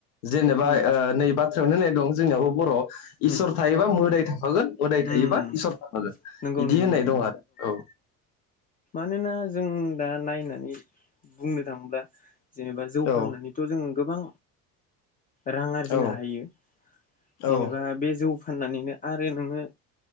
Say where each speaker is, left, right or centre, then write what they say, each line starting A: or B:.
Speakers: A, on the left; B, on the left.
A: जेनेबा
B: उम
A: ओ नै बाथ्रायावनो होननाय दं जोंनियावबो बर'आव इसोर
B: उम
A: थायोबा मोदाय था- गोन मोदाय थायोबा
B: उम
A: इसोर थाफागोन
B: नंगौ
A: इदि
B: नंगौ
A: होननाय
B: नोंथां
A: दं आरो औ
B: मानोना जों दा नायनानै बुंनो थाङोब्ला जेनेबा जौ
A: औ
B: फाननानैथ' जों गोबां रां आरजिनो
A: औ
B: हायो जेनेबा
A: औ
B: बे जौ फाननानैनो आरो नोङो